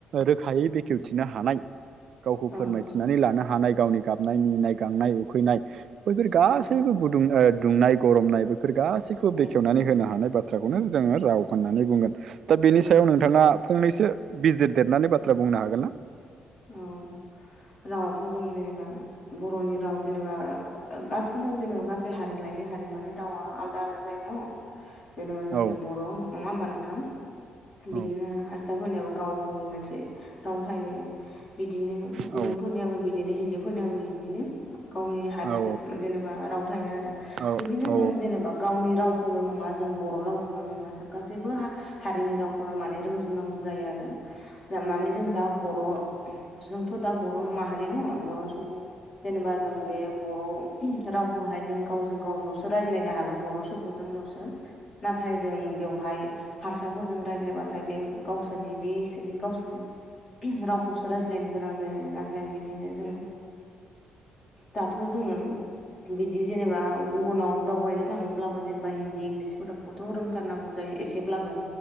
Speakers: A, on the right; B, on the left.
A: रोखायै बे खेवथिनो हानाय गावखौ
B: ओं
A: फोरमायथिनानै लानो हानाय गावनि गाबनाय मिनिनाय गांनाय उखैनाय बैफोर गासैबो
B: ओं
A: गुदुं ओ दुंनाय गरमनाय बैफोर गासैखौबो
B: उम
A: बेखेवनानै होनो हानाय बाथ थ्राखौनो जोङो राव होननानै बुंगोन दा बेनि
B: उम
A: सायाव नोंथाङा फंनैसो बिजिर देरनानै बाथ्रा बुंनो हागोन ना?
B: औ रावाथ' जों जेनेबा बर'नि राव जेनेबा गासैना जेनेबा गासै हारि लायै हारि मानिे रावा आलदा आलदा जायो न जेनेबा जोंनिया
A: औ
B: बर' नङा होमबा नोंथां
A: औ
B: बिदिनो हारसाफोरनिाबो गावनि मोनसे राव थायो बिदिनो गुबुनफोरनियाबो
A: औ
B: बिदिनो हिन्जावफोरनियाबो बिदिनो गावनि हारि
A: औ
B: जेनेबा राव थायो आरो
A: औ
B: बिदिनो
A: औ
B: जों जेनेबा गावनि रावखौल' नङा जों बर' राव न ग हनि रावखौनो म रोंनांगौ जायो आरो माने जों दा बर' जोंथ' दा बर' मा न बर' सुबुं जेनेबा जों बे बर' रावखौहाय जों गावजों गावल'सो रायज्लायनो हागोन बर' सुबुंजोंल'सो नाथाय जों बेवहाय हारसाफोरजों रायज्लायबाथाय बे गावसोरनि बे इसोरनि गावसोरनि राव खौसो रायज्लायनो गोनां जायो नाथाय बिदिनो जों दाथ' जोङो बिदि जेनेबा गुबुनाव दावबायनो थाङोब्लाबो जेनेबा हिन्दी इंलिस थ' रोंथारनांगौ जायो एसेब्लाबो